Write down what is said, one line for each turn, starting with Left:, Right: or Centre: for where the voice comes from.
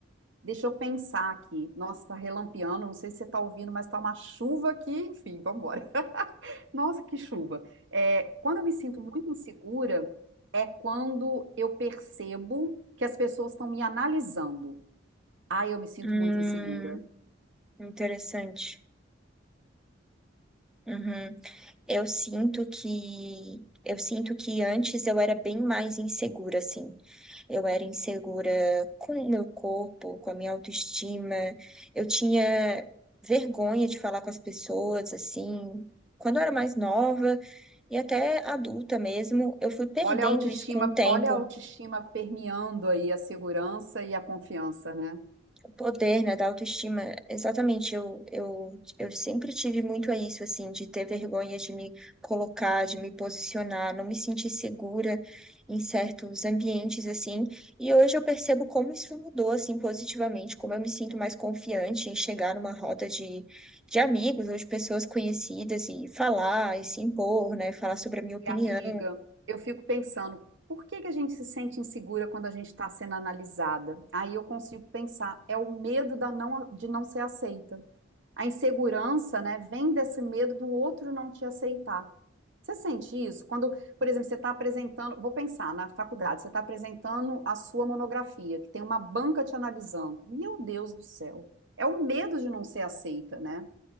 Right: deixa eu pensar aqui. Nossa, tá relampeando, não sei se você tá ouvindo, mas tá uma chuva aqui, enfim, vamos embora. <laughs> Nossa, que chuva. É, quando eu me sinto muito insegura, é quando eu percebo que as pessoas estão me analisando. Aí eu me sinto
Centre: Hum,
Right: muito insegura.
Centre: interessante. Uhum. Eu sinto que eu sinto que antes eu era bem mais insegura, assim. Eu era insegura com o meu corpo, com a minha autoestima. Eu tinha vergonha de falar com as pessoas, assim. Quando eu era mais nova e até adulta mesmo, eu fui perdendo
Right: Olha a autoestima,
Centre: isso com o tempo.
Right: olha a autoestima permeando aí a segurança e a confiança, né?
Centre: O poder, né, da autoestima, exatamente, eu, eu, eu sempre tive muito a isso, assim, de ter vergonha de me colocar, de me posicionar, não me sentir segura em certos ambientes, assim, e hoje eu percebo como isso mudou, assim, positivamente, como eu me sinto mais confiante em chegar numa roda de, de amigos ou de pessoas conhecidas e falar, e se impor, né, falar sobre a minha
Right: E
Centre: opinião,
Right: amiga, eu fico pensando, por que que a gente se sente insegura quando a gente está sendo analisada? Aí eu consigo pensar, é o medo da não, de não ser aceita. A insegurança, né, vem desse medo do outro não te aceitar. Você sente isso? Quando, por exemplo, você está apresentando, vou pensar na faculdade, você está apresentando a sua monografia, que tem uma banca te analisando. Meu Deus do céu, é o medo de não ser aceita, né?